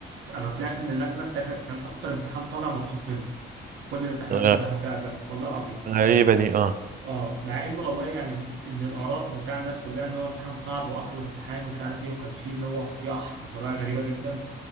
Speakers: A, on the right; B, on the right.
A: انا طلعت من اللجنه ده كان كان اكتر امتحان طالع مبسوط منه في كل الامتحانات
B: غ-
A: الامتحان ده قبلها والله العظيم
B: غريبة دي اه
A: اه مع ان والله يعني ان الاراء بتاع الناس كلها ان هو امتحان صعب واصعب امتحان ومش عارف ايه وكان فيه اللي هو صياح بطريقه غريبه جدا